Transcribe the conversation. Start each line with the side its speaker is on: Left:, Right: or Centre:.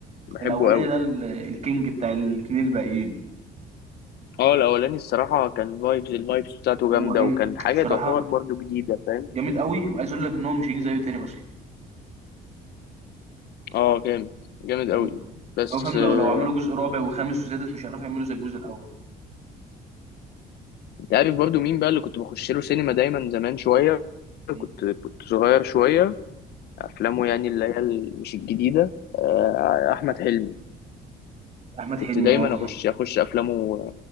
Left: بحبه
Right: الاولاني
Left: قوي
Right: ده ال- الكينج بتاع الاتنين الباقيين
Left: اه الاولاني الصراحه كان فايبز الفايبز بتاعته
Right: هو
Left: جامده
Right: جامد
Left: وكان حاجه
Right: بصراحه
Left: تعتبر برضو جديده فاهم
Right: جامد قوي وعايز اقول لك ان هو مش هيجي زيه تاني اصلا
Left: اه جامد جامد
Right: يعني
Left: قوي بس
Right: هو فاهم
Left: آه،
Right: لو لو عملوا جزء رابع وخامس وسادس مش هيعرفوا يعملوا زي الجزء الاول
Left: انت عارف برضو مين بقى اللي كنت بخش له سينما دايما زمان شويه
Right: ده.
Left: كنت كنت صغير شويه افلامه يعني اللي هي ال- مش الجديده آه، احمد حلمي
Right: احمد
Left: كنت
Right: حلمي
Left: دايما
Right: اه
Left: اخش اخش افلامه